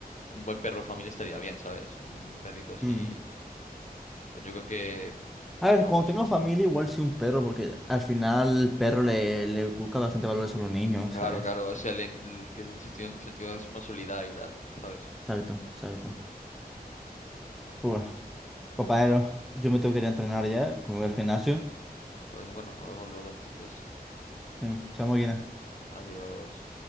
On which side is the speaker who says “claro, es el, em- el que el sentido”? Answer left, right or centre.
Left